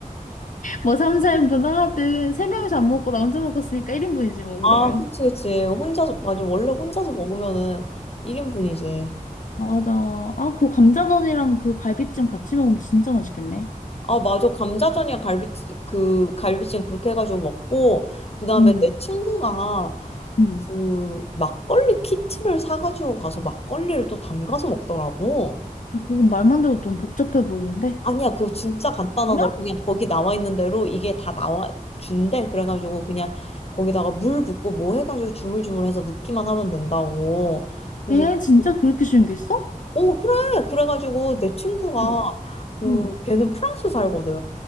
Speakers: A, on the left; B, on the left.
A: 뭐 3, 4인분을 하든, 세 명이서 안 먹고 나 혼자 먹었으니까 1인분이지, 뭐,
B: 아,
A: 그러면.
B: 그치, 그치. 혼자서, 맞아. 원래 혼자서 먹으면은 1인분이지.
A: 맞아. 아, 그 감자전이랑 그 갈비찜 같이 먹으면 진짜 맛있겠네.
B: 아, 맞아. 감자전이랑 갈비, 그, 갈비찜 그렇게 해가지고 먹고, 그 다음에
A: 음,
B: 내 친구가
A: 음.
B: 그 막걸리 키트를 사가지고 가서 막걸리를 또 담가서 먹더라고.
A: 그건 말만 들어도 너무 복잡해 보이는데?
B: 아니야, 그거 진짜 간단하더라.
A: 아니야?
B: 그냥 거기 나와 있는 대로 이게 다 나와 준대. 그래가지고 그냥 거기다가 물 붓고 뭐 해가지고 주물주물해서 넣기만 하면 된다고. 그래서,
A: 에, 진짜 그렇게 쉬운 게 있어?
B: 어, 그래. 그래가지고 내 친구가
A: 응,
B: 그,
A: 응,
B: 걔는 프랑스 살거든.